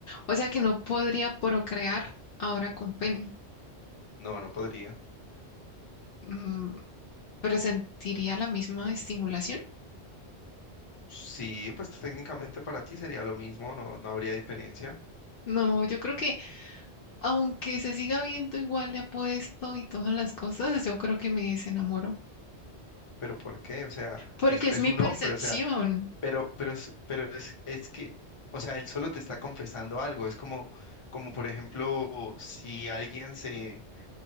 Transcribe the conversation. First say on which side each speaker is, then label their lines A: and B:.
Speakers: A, on the left; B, on the left.
A: O sea que no podría procrear ahora con pene,
B: No, no podría.
A: Mm, pero sentiría la misma estimulación.
B: Sí, pues técnicamente para ti sería lo mismo, no, no habría diferencia.
A: No, yo creo que aunque se siga viendo igual de apuesto y todas las cosas, yo creo que me desenamoro,
B: Pero ¿por qué? O sea,
A: porque
B: es, es
A: es mi
B: un
A: percepción.
B: hombre, o sea, Pero, pero, es, pero es, es que, o sea, él solo te está confesando algo. Es como, como por ejemplo, si alguien se,